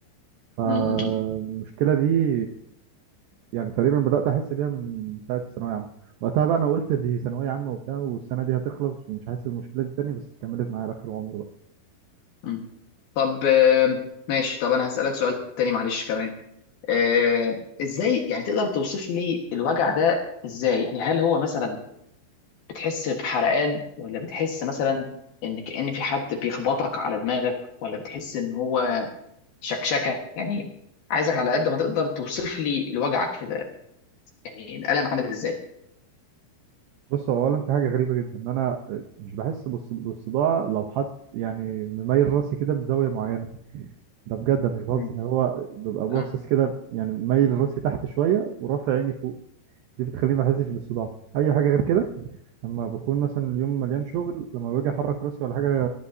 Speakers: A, on the right; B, on the left.
A: فالمشكلة
B: مم. مم.
A: دي يعني تقريبا بدأت احس بيها من ساعة ثانوية عامة وقتها بقى انا قلت دي ثانوية عامة وبتاع والسنة دي هتخلص ومش حاسس بالمشكلة دي تاني بس كملت معايا لاخر عمري
B: مم. طب آه، ماشي طب انا هسألك سؤال تاني معلش كمان آه، ازاي يعني تقدر توصف لي الوجع ده ازاي يعني هل هو مثلا بتحس بحرقان ولا بتحس مثلا ان كأن في حد بيخبطك على دماغك ولا بتحس ان هو شكشكه يعني عايزك على قد ما تقدر توصف لي الوجع كده يعني الألم عامل ازاي
A: بص هو اولا في حاجه غريبه جدا ان انا مش بحس بالص- بالصداع لو حط يعني مميل راسي كده بزاويه معينه ده بجد أنا مش بهزر
B: امم
A: يعني هو ببقى باصص
B: آه.
A: كده يعني مميل راسي تحت شويه ورافع عيني فوق دي بتخليني ما احسش بالصداع اي حاجه غير كده لما بكون مثلا اليوم مليان شغل لما باجي احرك راسي ولا حاجه